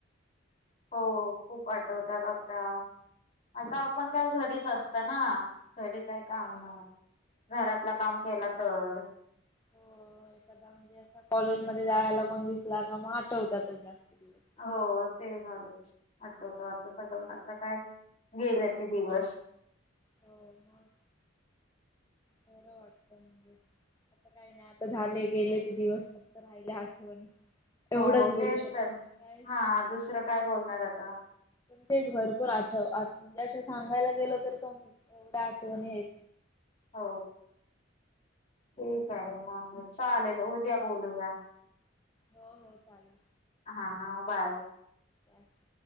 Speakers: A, on the left; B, on the left.
A: हो खूप आठवतात आता, <inaudible> आता आपण काय घरीच असत ना. घरी काय काम
B: हा
A: नाही. घरातला
B: तेच.
A: काम केला तर.
B: हो एखादा म्हणजे असं कॉलेजमध्ये. जायला कोण दिसला का मग आठवतात जास्त. दिवस.
A: हो ते झालं. आठवतो आता सगळ आता काय गेल ते दिवस.
B: हो मग बरं वाटत म्हणजे. आता काय नाही. आता झाले गेले ते दिवस फक्त राहिले आठवणी. एवढंच
A: हो
B: बोलू
A: तेच
B: शकतो
A: तर
B: मग काय.
A: हा दुसरं काय बोलणार आता.
B: पण ते भरपूर आठव म्हणजे अ सांगायला गेल तर कमी. एवढ्या आठवणीं आहेत.
A: हो. ठीक आहे. म चालेल उद्या बोलूया.
B: हो हो चालेल.
A: हा हा. बाय.
B: अच <unintelligible>